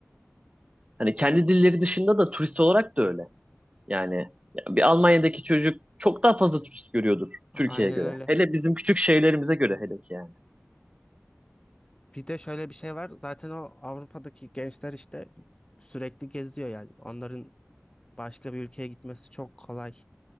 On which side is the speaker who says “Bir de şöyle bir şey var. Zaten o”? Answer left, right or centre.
Left